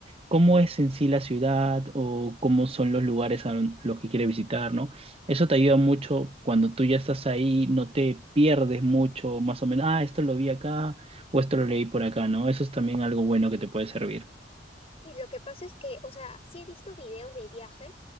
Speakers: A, on the right; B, on the left.
A: cómo es en sí la ciudad o cómo son los lugares a don- los que quiere visitar, ¿no? Eso te ayuda mucho cuando tú ya estás ahí, no te pierdes mucho, más o menos, ah, esto lo vi acá o esto lo leí por acá, ¿no? Eso es también algo bueno que te puede servir.
B: Sí, lo que pasa es que, o sea, sí he visto videos de viaje,